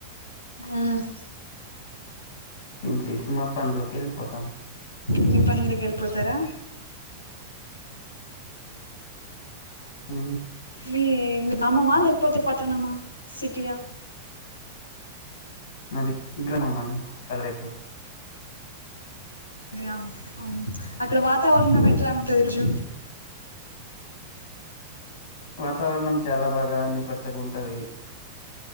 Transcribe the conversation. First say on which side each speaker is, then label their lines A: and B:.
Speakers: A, on the left (about 80°); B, on the left (about 55°).
A: ఆల్
B: జేషినం పనులోకి వెళ్ళిపోతాం
A: మీ పనిలి వెళ్ళిపోతారా
B: ఉ
A: మీ గమ్మమా లేకపోతే పట్టణమా సిటీయా
B: మాది ఉగ్రమమ్మణి పల్లెటూరు
A: గ్రామం అక్కడ వాతావరణం ఎట్లా ఉంటంది రోజు
B: వాతావరణం చాలా బాగా అన్ని పచ్చగా ఉంటది